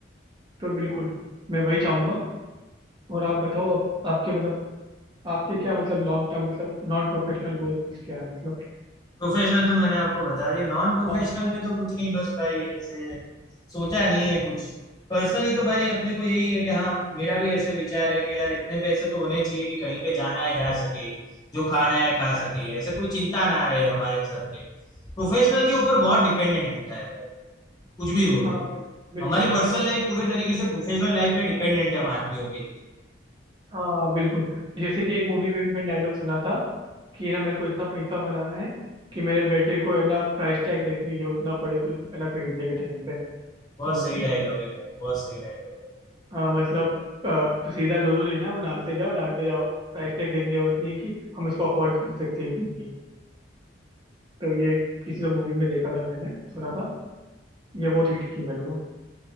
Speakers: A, on the right; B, on the left.
A: तो बिल्कुल मैं वही चाहूंगा और आप बताओ आप, आपके मतलब आपके क्या मतलब लॉन्ग टर्म मतलब नॉन प्रोफेशनल गोल्स क्या है मतलब
B: प्रोफेशनल तो मैंने आपको बता दिया नॉन प्रोफेशनल
A: हाँ
B: में तो कुछ नहीं बस भाई ऐसे सोचा नहीं है कुछ पर्सनली तो भाई अपने को यही है कि हाँ मेरा भी ऐसे विचार है कि यार इतने पैसे तो होने चाहिए कि कहीं पे जाना है जा सके जो खाना है खा सके ऐसे कोई चिंता ना रहे हमारे सर पे प्रोफेशनल के ऊपर बहुत डिपेंडेंट होता है भाई कुछ भी बोलो
A: हाँ बिल्कुल बिल्कुल
B: हमारी पर्सनल लाइफ पूरे तरीके से प्रोफेशनल लाइफ पे डिपेंडेंट है हम आदमियों के लिए
A: हाँ बिल्कुल जैसे कि एक मूवी में भी मैंने डायलॉग सुना था कि ना मेरे को इतना पैसा बनाना है कि मेरे बेटे को है ना प्राइस टैग देखने की जरूरत ना पड़े कुछ है ना खरीदने के टाइम पे
B: बहुत
A: तो
B: सही
A: मतलब
B: डायलॉग है भाई बहुत सही डायलॉग है
A: हाँ मतलब अ, सीधा जो जो लेना है वो डालते जाओ डालते जाओ प्राइस टैग देखने की जरूरत नहीं है कि हम इसको अफोर्ड कर सकते हैं कि नहीं तो ये किसी तो मूवी में देखा था मैंने सुना था ये बहुत हिट की मेरे को